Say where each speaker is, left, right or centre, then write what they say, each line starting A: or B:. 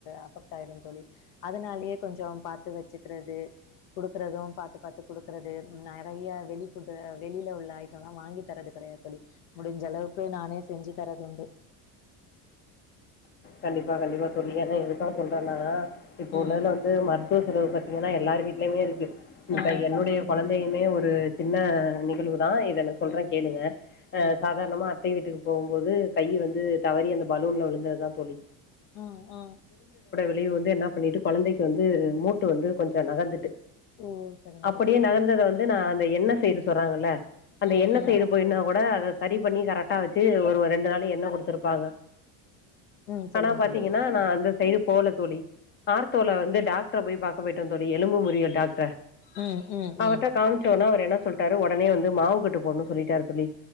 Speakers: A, on the left; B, on the left.
A: அஃபெக்ட் ஆயிடு தோழி அதனாலயே கொஞ்சோ பாத்து வச்சுக்கிறது குடுக்கறதும் பாத்து பாத்து கொடுக்கறது நெறைய வெளி ஃபுட்ட வெளி ல உள்ள ஐட்டம்ல்லா வாங்கி தறது கெடையாது தோழி முடிஞ்சளவுக்கு நானே செஞ்சு தரதுண்டு
B: கண்டிப்பா கண்டிப்பா தோழி ஏன்னா எதுக்காக சொல்றன்னா இப்ப
A: ம்
B: உள்ளதுல வந்து <unintelligible> செலவு பாத்தீங்கன்னா எல்லார் வீட்லயுமே இருக்கு இப்ப
A: ஆ
B: என்னுடைய கொழந்தை மே ஒரு சின்ன நிகழ்வு தா இத நா சொல்ற
A: ம்
B: கேளுங்க
A: ம்
B: சாதாரணமா அத்தை வீட்டுக்கு போகும்போது கை வந்து தவறி அந்த பலூன்ல விழுந்ததுதா தோழி
A: அ அ
B: பிள்ளைக வந்து என்னா பண்ணிட்டு கொழந்தைக்கு வந்து மூட்டு வந்து கொஞ்ச நகந்துட்டு
A: ஓ சரிங்க
B: அப்டியே
A: தோழி சரிங்க
B: நகர்ந்தத வந்து நா அந்த என்ன சேடு சொல்றாங்கல்ல அந்த
A: ம்
B: எண்ண
A: ம்
B: சைடு போய்னா கூட அத சரி பண்ணி கரெக்டா வச்சு ஒரு ரெண்டு நாளு எண்ண கொடுத்துருப்பாங்க
A: ம் சொல்லுங்க
B: ஆனா பாத்தீங்கன்னா
A: தோழி
B: நா அந்த சைடு போல தோழி ஆர்த்தோல வந்து டாக்ட்ர போய் பாக்க போயிட்டோ தோழி எலும்பு முறிவு டாக்ட்ர
A: ம் ம்
B: அவர்ட
A: ம்
B: காம்ச்ச உடனே அவர் என்ன சொல்லிட்டாரு உடனே வந்து மாவு கட்டு போடுனு சொல்லிட்டாரு தோழி